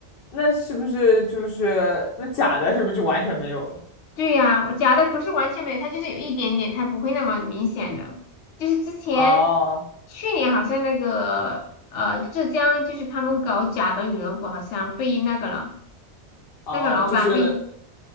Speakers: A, on the left (about 60°); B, on the left (about 85°).
A: 那是不是就是那假的，是不是就完全没有了？
B: 对呀、我假的不是完全没有，它就是有一点点，它不会那么明显的。就是之前
A: 哦
B: 去年好像那个呃浙江，就是他们搞假的羽绒服，好像被那个了。
A: 哦，
B: 那个老板被
A: 就是